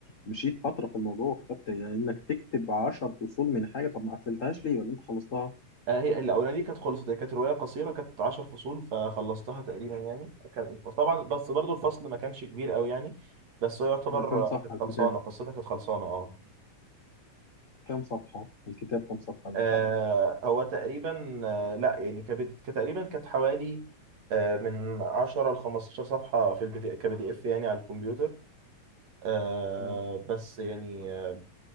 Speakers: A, on the left; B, on the right.
A: مشيت فتره في الموضوع وكتبت إيه؟ يعني انك تكتب 10 فصول من حاجه طب ما قفلتهاش ليه ولا انت خلصتها
B: <laughs> آه، هي الاولانيه دي كانت خلصت هي كانت روايه قصيره كانت 10 فصول فخلصتها تقريبا يعني كان طبعا بس برضو الفصل ما كانش كبير قوي يعني بس هو يعتبر
A: من كام
B: آه،
A: صفحه
B: كانت
A: الكتاب
B: خلصانه قصتها كانت خلصانه اه
A: كام صفحه الكتاب كام صفحه اللي
B: آه،
A: انت عملته
B: هو تقريبا آه، لا يعني كبد... كانت تقريبا كانت حوالي آه، من 10 ل 15 صفحه في البي دي كبي دي اف يعني على الكمبيوتر آه،
A: مم.
B: بس يعني آه،